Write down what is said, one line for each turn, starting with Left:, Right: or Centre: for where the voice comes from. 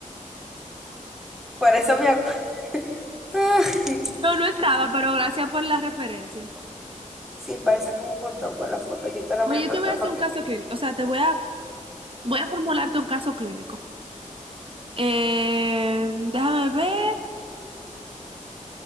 Centre: Por eso me acuerdo. <laughs>
Right: No, no estaba, pero gracias por la referencia.
Centre: Sí, parece como un mondongo la foto. Yo te la
Right: Oye,
Centre: voy a mandar
Right: yo te voy a hacer
Centre: para
Right: un
Centre: que...
Right: caso clínico. O sea, te voy a Voy a formularte un caso clínico. Eh, déjame ver.